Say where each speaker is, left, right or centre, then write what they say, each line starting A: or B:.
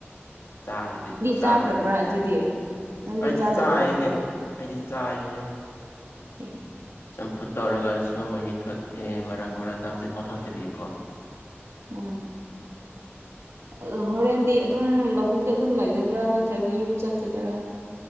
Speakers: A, on the left (about 70°); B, on the right (about 85°).
A: ꯆꯥꯔꯗꯤ ꯆꯥꯗ꯭ꯔꯗꯤ
B: ꯆꯥꯗ꯭ꯔꯕ꯭ꯔꯥ
A: ꯄꯤꯔꯥꯏ
B: ꯑꯗꯨꯗꯤ ꯅꯪꯗꯤ
A: ꯑꯩꯗꯤ
B: ꯆꯥꯗꯕ꯭ꯔꯥ
A: ꯆꯥꯏꯑꯦꯍꯦ
B: ꯑꯗꯨꯗꯤ
A: ꯑꯩꯗꯤꯆꯥꯏꯑꯦꯍꯦ
B: ꯑꯦ
A: ꯆꯝꯐꯨꯠ ꯇꯧꯔꯒꯁꯨ ꯃꯍꯤ ꯊꯛꯑꯦ ꯃꯔꯛ ꯃꯔꯛꯇ ꯍꯧꯖꯤꯛ ꯐꯥꯎ ꯊꯥꯛꯇ꯭ꯔꯤꯑꯀꯣ
B: ꯎꯝ ꯑꯗꯣ ꯍꯣꯔꯦꯟꯗꯤ ꯑꯗꯨꯝ ꯂꯧꯕꯨꯛꯇ ꯑꯗꯨꯝ ꯂꯩꯒꯗ꯭ꯔꯥ ꯅꯠꯇ꯭ꯔꯒ ꯌꯨꯝ ꯆꯠꯀꯗ꯭ꯔꯥ